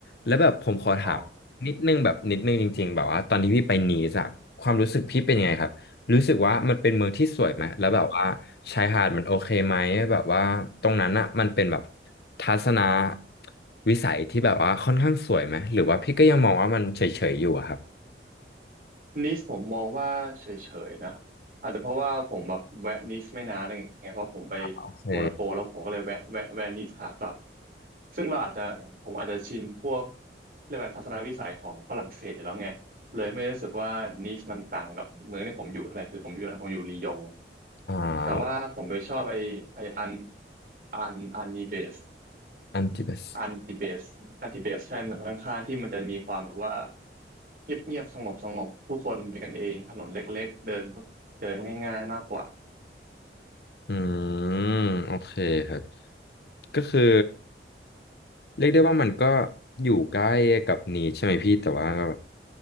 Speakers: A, on the left; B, on the right.
A: แล้วแบบผมขอถามนิดนึงแบบนิดนึงจริงๆแบบว่าตอนที่พี่ไปนีสอะความรู้สึกพี่เป็นยังไงครับรู้สึกว่ามันเป็นเมืองที่สวยไหมแล้วแบบว่าชายหาดมันโอเคไหมแบบว่าตรงนั้นอะมันเป็นแบบ
B: อ๋อ
A: ทัศนวิสัยที่แบบว่าค่อนข้างสวยไหมหรือว่าพี่ก็ยังมองว่ามันเฉยๆอยู่อะครับ
B: นิสผมมองว่าเฉยๆนะอาจจะเพราะว่าผมแบบแวะนิสไม่นานอะไรเงี้ยเพราะผมไป
A: โอเค
B: โมนาโกแล้วผมก็เลยแวะแวะแวะนิสขากลับซึ่งเราอาจจะผมอาจจะชินพวกเรียกว่าทัศนวิสัยของฝรั่งเศสอยู่แล้วไงเลยไม่ได้รู้สึกว่านิสมันต่างกับเมืองที่ผมอยู่เท่าไหร่คือผมอยู่ผมอยู่ลียง
A: อ่า
B: แต่ว่าผมไปชอบไอไออันอันอันนีเบส
A: อันที่เบส
B: อันติเบสอันติเบสใช่เมืองข้างๆที่มันจะมีความแบบว่าเงียบเงียบสงบสงบผู้คนเป็นกันเองถนนเล็กๆเดินเดินง่ายๆมากกว่า
A: อืมโอเคครับก็คือเรียกได้ว่ามันก็อยู่ใกล้กับนี้ใช่ไหมพี่แต่ว่าก็